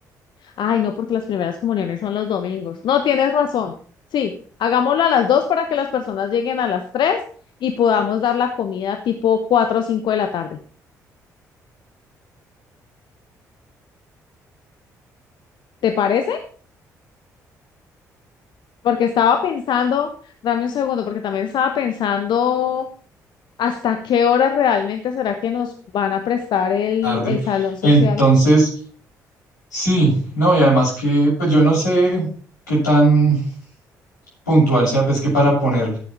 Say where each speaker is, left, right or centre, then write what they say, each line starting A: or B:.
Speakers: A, on the left (about 55°); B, on the left (about 85°).
A: Ay, no, porque las primeras comuniones son los domingos. No, tienes razón. Sí, hagámoslo a las 2 para que las personas lleguen a las 3 y podamos dar la comida tipo 4 o 5 de la tarde. ¿Te parece? Porque estaba pensando, dame un segundo, porque también estaba pensando. ¿Hasta qué hora realmente será que nos van a prestar el,
B: tarde.
A: el salón social?
B: Entonces, sí, no, y además que, pues yo no sé qué tan puntual sea, pues que para poner,